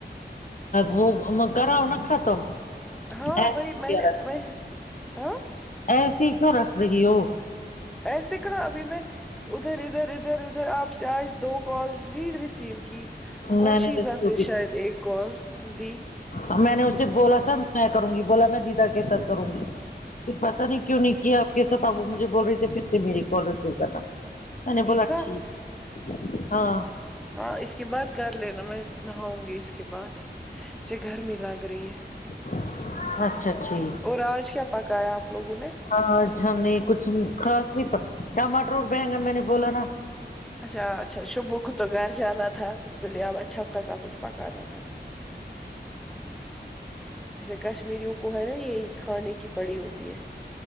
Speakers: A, on the left (about 45°); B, in the centre.
A: وہ میں کراؤ نا ختم
B: ہاں
A: ایسی
B: وہی میں
A: کیا
B: نے
A: رکھ
B: میں ہاں
A: ایسی کیوں رکھ رہی ہو
B: ایسے کہا ابھی میں ادھر ادھر ادھر ادھر آپ سے آج دو کالز لی ریسیو کی اور
A: میں نے
B: شیزاں
A: ریسیو
B: سے شاید ایک کال دی
A: ا میں نے اسے بولا تھا میں کروں گی بولا میں دیدا کے ساتھ کروں گی پھر پتا نہیں کیوں نہیں کیا آ کے ساتھ وہ مجھے بول رہی تھی پھر سے میری کال ریسیو کرنا میں نے
B: شیزا
A: بولا ٹھیک ہاں
B: ہاں اس کے بعد کر لینا میں نہاؤں گی اس کے بعد جے گرمی لگ رہی ہے
A: اچھا اچھا جی
B: اور آج کیا پکایا آپ لوگوں نے
A: آج ہم نے کچھ خاص نہیں پک ٹماٹر اور بینگن میں نے بولا نا
B: اچھا اچھا شبح کو تو گھر جانا تھا اس کے لیے اب اچھا خاصا کچھ پکانا تھا جیسے کشمیریوں کو ہے نا یہی کھانے کی پڑی ہوتی ہے